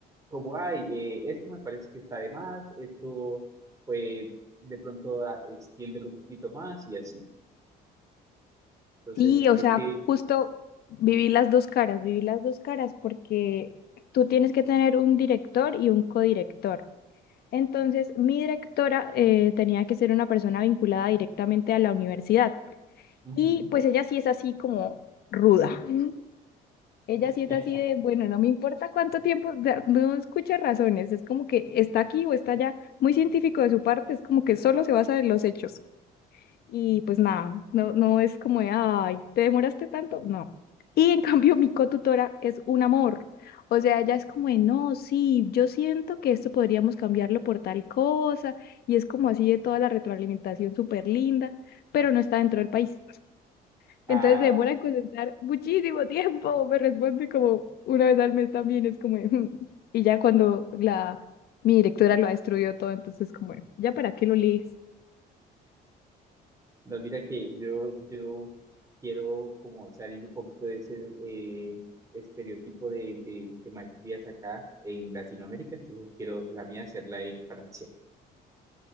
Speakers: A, on the right; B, on the left.
A: como, ay, eh, esto me parece que está de más, esto, pues, de pronto ah, extiéndelo un poquito más y así. Entonces,
B: Sí, o
A: creo
B: sea,
A: que...
B: justo viví las dos caras, viví las dos caras porque tú tienes que tener un director y un codirector. Entonces, mi directora eh, tenía que ser una persona vinculada directamente a la universidad.
A: ujú.
B: Y pues ella sí es así como ruda. Ujú. Ella
A: <laughs>
B: sí es así de, bueno, no me importa cuánto tiempo, o sea, no escucha razones, es como que está aquí o está allá, muy científico de su parte, es como que solo se basa en los hechos. Y pues nada, no, no es como de, ay, ¿te demoraste tanto? No. Y en <laughs> cambio, mi cotutora es un amor. O sea, ella es como de, no, sí, yo siento que esto podríamos cambiarlo por tal cosa. Y es como así de toda la retroalimentación súper linda, pero no está dentro del país.
A: Ah,
B: Entonces demora en contestar muchísimo tiempo. Me responde como una vez al mes también. Es como de, "Mm". Y ya cuando la, mi directora lo ha destruido todo, entonces como, de, ¿ya para qué lo lees?
A: No, mira que yo, yo quiero como salir un poquito de ese eh, estereotipo de, de, de maestrías acá en Latinoamérica, entonces quiero la mía hacerla en Francia.